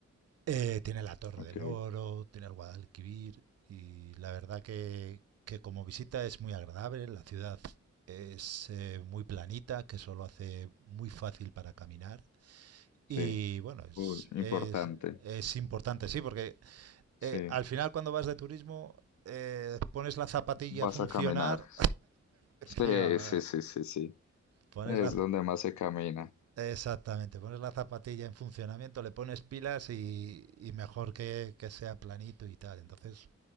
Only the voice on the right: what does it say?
eh, tiene la Torre
del Oro, tiene el Guadalquivir y la verdad que, que como visita es muy agradable, la ciudad es eh, muy planita, que eso lo hace muy fácil para caminar y
bueno, es,
es,
es importante, sí, porque eh,
al final cuando vas de turismo eh, pones la zapatilla
a funcionar
Sí, vamos,
pones
la,
exactamente, pones la zapatilla en funcionamiento, le pones pilas y, y mejor que, que sea planito y tal. Entonces,